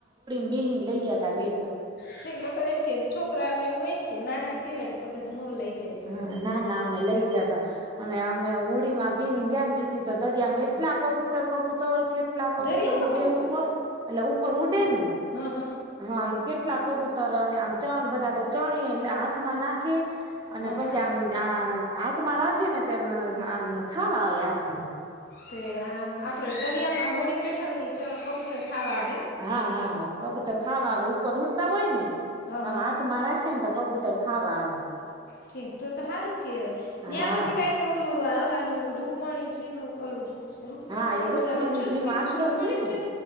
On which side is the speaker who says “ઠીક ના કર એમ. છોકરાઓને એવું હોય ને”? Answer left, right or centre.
Left